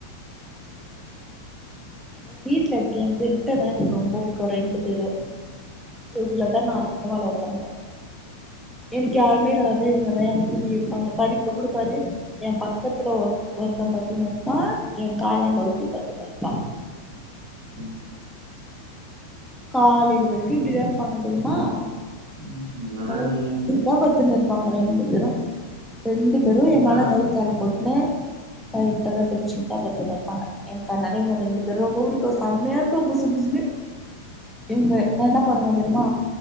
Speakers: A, in the centre; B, on the right.
A: எ வீட்ல இருக்கே ஏ பெட்ட தா எனக்கு ரொம்ப புடிக்கு ரெண்டு பேரு இவ்ங்ளதா நா அதிகமா லவ் பண்ற எனக்கு
B: ம்
A: யாருமே இல்லாதபோ இவங்கதா எ கூடயே இருப்பாங்க பாரு இப்போ கூட பாரு எ பக்கத்துல ஒர் ஒருத்த பத்துனுருக்கா எ காலாண்ட ஒருத்தி பத்துன்னுருக்கா
B: ம்
A: காலைல வரைக்கு இப்டிதா இருப்பாங்க தெரியுமா
B: ம் ஆனா
A: என்ன ஒட்டிதா
B: நீங்க
A: பத்துனுரு அவங்க ரெண்டு பேரு ரெண்டு பேரு
B: அதா
A: எ மேல கை கால் போட்னு டைட்டா கட்டி புடிச்சுனு தா பத்துனுருப்பாங்க எனக்கு அதனால இவ்ங்க ரெண்டு ரொம்ப புடிக்கு செம்மையா இருக்கு புசுபுசுனு இவங்க
B: ம்
A: நா என்ன பண்ணுவே தெரியுமா